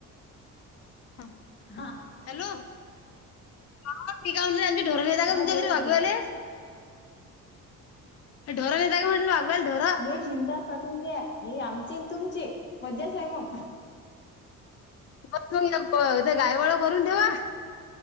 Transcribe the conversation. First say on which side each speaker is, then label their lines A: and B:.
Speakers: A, on the left; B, on the left.
A: हा.
B: हा.
A: हॅलो. हा ती काय म्हणा, आमची ढोर नेता का?
B: हा
A: तुमच्या
B: बोला
A: घरी वागवाले.
B: बोला
A: ढोरं नेता का मनलं, वाघवाले ढोरं.
B: नाही <unintelligible> द्या. ही आमची न तुमची. मजाचाय मग.
A: <unintelligible> ते गायवळ करून ठेवा.